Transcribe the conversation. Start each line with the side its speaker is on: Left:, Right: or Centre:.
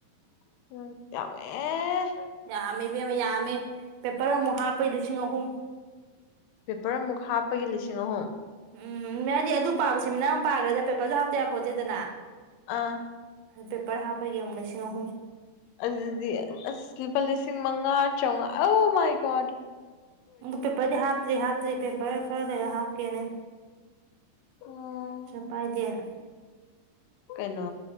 Left: ꯎꯃꯦ
Right: ꯌꯥꯝꯃꯦ ꯕꯦꯝꯃ ꯌꯥꯝꯃꯦ ꯄꯦꯄꯔ ꯑꯃꯨꯛ ꯍꯥꯞꯄꯩ ꯂꯤꯁꯤꯡ ꯑꯍꯨꯝ
Left: ꯄꯦꯄꯔ ꯑꯃꯨꯛ ꯍꯥꯞꯄꯒꯤ ꯂꯤꯁꯤꯡ ꯑꯍꯨꯝ
Right: ꯎꯝ ꯍꯥꯏꯗꯤ ꯑꯗꯨ ꯄꯥꯕ ꯁꯦꯃꯤꯅꯥꯔ ꯑꯃ ꯄꯥꯈ꯭ꯔꯦꯗ ꯄꯦꯄꯔꯁꯨꯞꯇꯦꯕꯄꯣꯠꯇꯦꯗꯅ
Left: ꯑꯥ
Right: ꯄꯦꯄꯔ ꯍꯥꯞꯄꯒꯤ ꯑꯃꯨꯛ ꯂꯤꯁꯤꯡ ꯑꯍꯨꯝ
Left: ꯑꯗꯨꯗꯤ ꯑꯁ ꯂꯨꯄꯥ ꯂꯤꯁꯤꯡ ꯃꯉꯥ ꯆꯥꯝꯃꯉꯥ ꯑꯧ ꯃꯥꯏ ꯀꯣ
Right: ꯄꯦꯄꯔꯗꯤ ꯍꯥꯇ꯭ꯔꯤ ꯍꯥꯇ꯭ꯔꯤ ꯄꯦꯄꯔ ꯈꯔ ꯍꯥꯀꯦꯅꯦ
Left: ꯎꯝ
Right: ꯆꯄꯥꯏꯗꯦꯅ
Left: ꯀꯩꯅꯣ